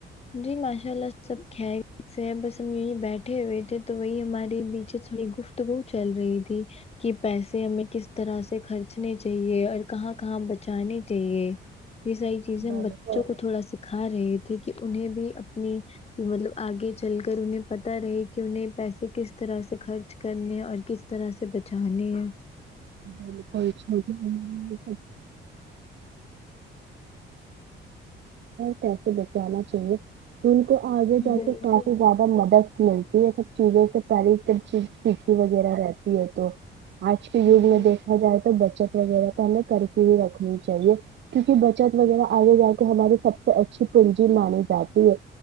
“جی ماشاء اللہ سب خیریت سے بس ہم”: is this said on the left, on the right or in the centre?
Left